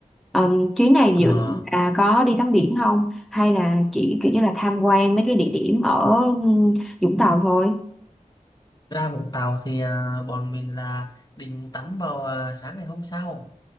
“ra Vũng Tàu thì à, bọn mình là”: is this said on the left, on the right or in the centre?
Left